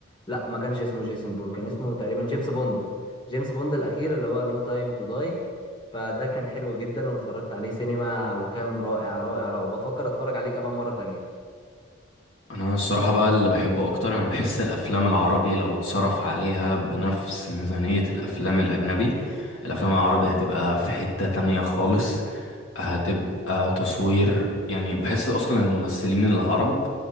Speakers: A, on the left; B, on the left.
A: لا ما كانش اسمه جيسون بورن كان اسمه تقريبا جيمس بوند جيمس بوند الأخير اللي هو نو تايم تو داي فده كان حلو جدا واتفرجت عليه سينما وكان رائع رائع رائع وبفكر اتفرج عليه كمان مرة تانية
B: انا الصراحه بقى اللي بحبه اكتر انا بحس الافلام العربي لو اتصرف عليها بنفس ميزانيه الافلام الاجنبي الافلام العربي هتبقى في حته تانية خالص هتبقى تصوير يعني بحس اصلا الممثلين العرب